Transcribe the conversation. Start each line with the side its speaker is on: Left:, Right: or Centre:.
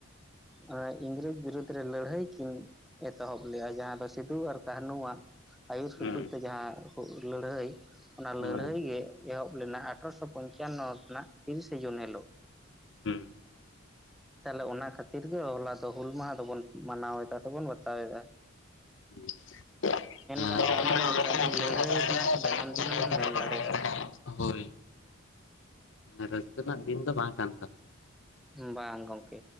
Centre: ᱚᱱᱮ ᱤᱝᱨᱮᱡ ᱵᱤᱨᱩᱫ ᱨᱮ ᱞᱟᱹᱲᱦᱟᱹᱭ ᱠᱤᱱ ᱮᱛᱚᱦᱚᱵ ᱞᱮᱫᱟ ᱡᱟᱦᱟᱸ ᱫᱚ ᱥᱤᱫᱩ ᱟᱨ ᱠᱟᱹᱦᱱᱩ ᱟᱣᱟᱜ ᱟᱹᱭᱩᱨ ᱥᱩᱛᱩᱜ
Left: ᱦᱩᱸ
Centre: ᱛᱮ ᱡᱟᱦᱟᱸ ᱞᱟᱹᱲᱦᱟᱹᱭ ᱚᱱᱟ
Left: ᱦᱳᱭ
Centre: ᱞᱟᱹᱲᱦᱟᱹᱭ ᱜᱮ ᱮᱦᱚᱵ ᱞᱮᱱᱟ ᱟᱴᱷᱨᱚᱥᱚ ᱯᱚᱧᱪᱟᱱᱱᱚ ᱨᱮᱱᱟᱜ ᱛᱤᱨᱤᱥᱮ ᱡᱩᱱ ᱦᱤᱞᱳᱜ᱾
Left: ᱦᱮᱸ,
Centre: ᱛᱟᱦᱞᱮ ᱚᱱᱟ ᱠᱷᱟᱹᱛᱤᱨ ᱜᱮ ᱦᱚᱞᱟ ᱫᱚ ᱦᱩᱞ ᱢᱟᱦᱟᱸ ᱫᱚᱵᱚᱱ ᱢᱟᱱᱟᱣᱮᱫᱟ ᱥᱮᱵᱚᱱ ᱵᱟᱛᱟᱣᱮᱜᱼᱟ ᱾
Left: <inaudible>
Centre: ᱜᱟᱱᱚᱜᱼᱟ ᱚᱱᱟ ᱫᱚ ᱢᱤᱫᱴᱟᱝ
Left: <inaudible>
Centre: ᱞᱟᱹᱲᱦᱟᱹᱭ ᱨᱮᱱᱟᱜ ᱡᱟᱱᱟᱢ ᱫᱤᱱ ᱦᱚᱸᱵᱚᱱ ᱢᱮᱱ ᱫᱟᱲᱮᱭᱟᱜᱼᱟ᱾
Left: ᱦᱳᱭ ᱢᱟᱱᱮ ᱨᱟᱹᱥᱠᱟᱹ ᱨᱮᱱᱟᱜ ᱫᱤᱱ ᱫᱚ ᱵᱟᱝ ᱠᱟᱱ ᱛᱟᱵᱚ᱾
Centre: ᱵᱟᱝ ᱜᱚᱝᱠᱮ